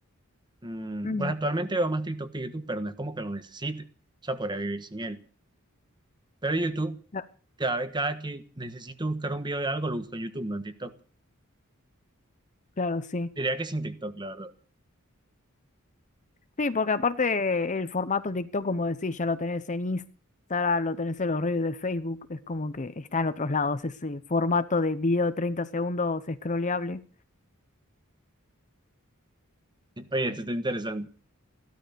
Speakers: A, on the right (about 20°); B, on the left (about 35°).
A: Mm,
B: Mm.
A: pues actualmente veo más TikTok que YouTube, pero no es como que lo necesite. O sea, podría vivir sin él. Pero YouTube,
B: Cla-
A: cada vez, cada que necesito buscar un video de algo, lo busco en YouTube, no en TikTok.
B: Claro, sí.
A: Diría que sin TikTok, la verdad.
B: Sí, porque aparte el formato TikTok, como decís, ya lo tenés en Instagram, lo tenés en los reels de Facebook, es como que está en otros lados ese formato de video de treinta segundos scrolleable.
A: Oye, esto está interesante. <laughs>